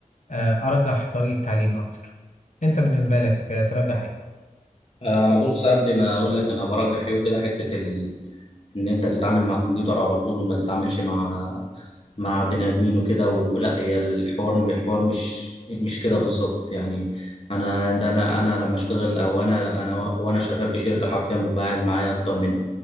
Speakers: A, on the left; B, on the left.
A: آه، أرجح طريقة تعليم أكتر أنت بالنسبة لك آه، ترجح إيه؟
B: آه، انا بص قبل ما اقول لك انا برجح ايه وكده حته ال... ان انت تتعامل مع الكمبيوتر على طول وما تتعاملش مع مع بني ادمين وكده ولا هي الحوار الحوار مش مش كده بالظبط يعني انا ده انا انا لما اشتغل او انا انا وانا شغال في شركه حرفيا ببقى قاعد معايا اكتر من